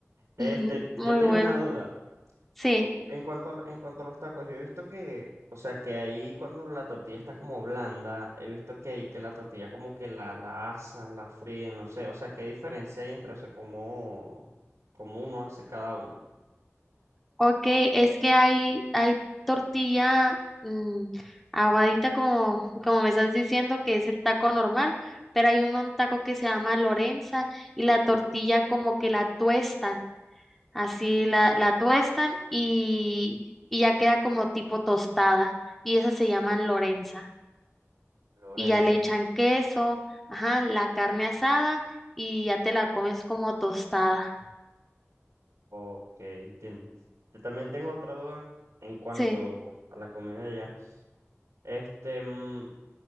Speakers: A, on the right; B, in the centre.
A: Este,
B: <laughs>
A: yo
B: muy
A: tenía
B: bueno.
A: una duda.
B: Sí.
A: cu- En cuanto a, la- en cuanto a los tacos, yo he visto que, o sea, que ahí cuando la tortilla está como blanda, he visto que ahí que la tortilla como que la, la asan, la fríen, no sé, o sea, ¿qué diferencia hay entre eso? como como uno hace cada uno?
B: Ok, es que hay, hay tortilla mm, aguadita como, <laughs> como me estás diciendo que es el taco normal, pero hay un, un taco que se llama Lorenza y la tortilla como que la tuestan, así la, la tuestan y, y ya queda como tipo tostada y esas se llaman Lorenza
A: Lorenza,
B: y ya le echan
A: ¿no?
B: queso, ajá, la carne asada y ya te la comes como tostada.
A: Ok, entiendo. Yo también tengo otra duda en cuanto
B: Sí,
A: a la comida de allá. Este, mm,